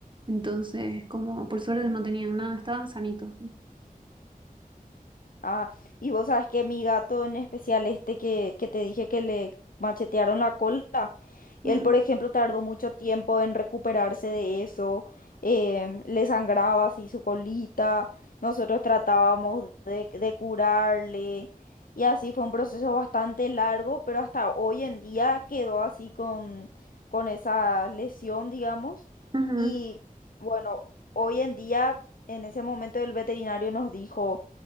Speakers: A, on the right; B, on the left.
A: Entonces, como por suerte
B: Sí.
A: no tenían nada, estaban sanitos.
B: Ah, y vos sabes que mi gato en especial este que, que te dije que le machetearon la cola,
A: Ujú,
B: él por ejemplo tardó mucho tiempo en recuperarse de eso, em, le sangraba así su colita, nosotros tratábamos de, de curarle y así fue un proceso bastante largo, pero hasta hoy en día quedó así con, con esa lesión, digamos,
A: ujú,
B: y bueno, hoy en día en ese momento el veterinario nos dijo